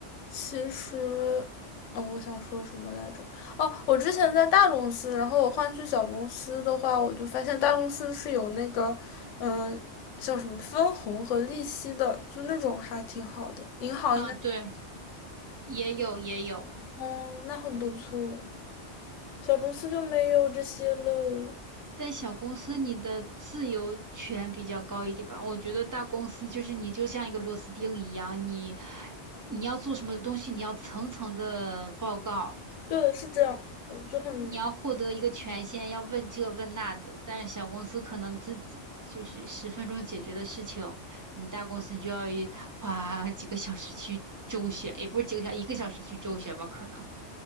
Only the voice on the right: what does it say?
啊，对，也有也有。
但小公司你的自由权比较高一点吧？我觉得大公司就是你就像一个螺丝钉一样，你你要做什么东西，你要层层的报告，
你要获得一个权限，要问这问那的。但是小公司可能自己就是十分钟解决的事情，你大公司你就要一花几个小时去周旋，也不是几个小，一个小时去周旋吧，可能。